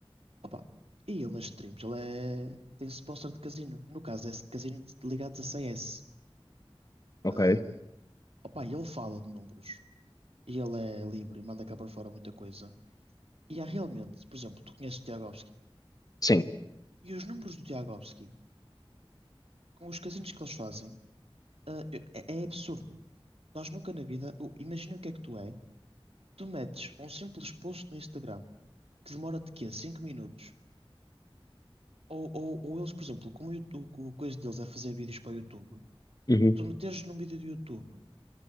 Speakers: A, on the right; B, on the left.
A: Opa, e ele nas streams, ele é... tem sponsor de casino. No caso, é casino ligados a CS.
B: ok.
A: Ahm, opa, e ele fala de números. E ele é livre e manda cá para fora muita coisa. E há realmente, por exemplo, tu conheces o Tiagovski.
B: Sim.
A: E os números do Tiagovski, com os casinos que eles fazem, ah, é, é absurdo. Nós nunca na vida, o- imagina o que é que tu é. Tu metes um simples post no Instagram que demora-te quê? cinco minutos. Ou, ou, ou eles, por exemplo, como o, YouTube- o coisa deles é fazer vídeos para o YouTube,
B: Uhum.
A: tu meteres num vídeo do YouTube